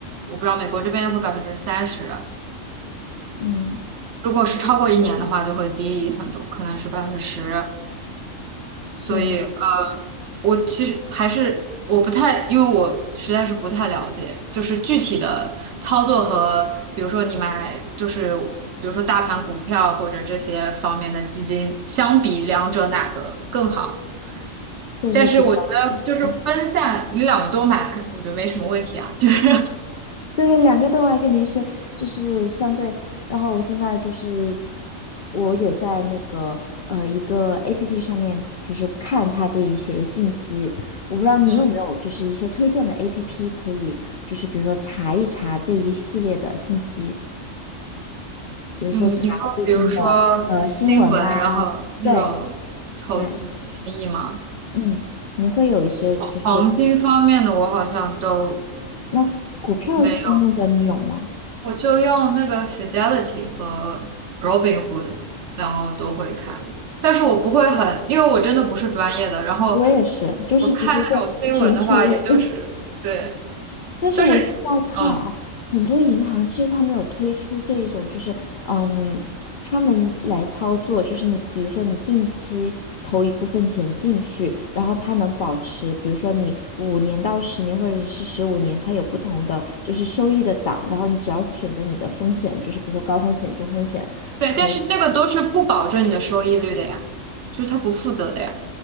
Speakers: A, on the right; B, on the left.
A: 我不知道美国这边会百分之三十啊。
B: 嗯，
A: 如果是超过一年的话，就会低很多，可能是百分之十。所以呃，
B: 对，
A: 我其实还是我不太，因为我实在是不太了解，就是具体的操作和，比如说你买，就是比如说大盘股票或者这些方面的基金，相比两者哪个更好？
B: 这是比较
A: 但是我觉得就是分散，
B: 对，
A: 你两个都买，可我觉得没什么问题啊。就是 <laughs>
B: 对，两个都脉肯定是就是相对，然后我现在就是我有在那个呃一个 APP 上面就是看它这一些信息，我不知道你有没有就是一些推荐的
A: 嗯
B: APP 可以就是比如说查一查这一系列的信息，比如说查最近的呃新闻啊，
A: 嗯，你说比如说新闻，然后那种投资建议吗？
B: 对对。嗯，你会有一些就是
A: 黄金方面的我好像都。
B: 那股票方面的你有吗？
A: 没。我就用那个 Fidelity 和 Robinhood，然后都会看，但是我不会很，因为我真的不是专业的。然后
B: 我也是，就是只是说寻求一个，
A: 我看那种新闻的话，也就是对，
B: <laughs> 但是我现在看啊，
A: 就是嗯，
B: 很多银行其实它没有推出这一种，就是嗯，他们来操作，就是你比如说你定期投一部分钱进去，然后它能保持，比如说你五年到十年或者是十五年，它有不同的就是收益的档，然后你只要选择你的风险，就是比如说高风险、中风险。
A: 对，
B: 和。
A: 但是那个都是不保证你的收益率的呀，就是他不负责的呀。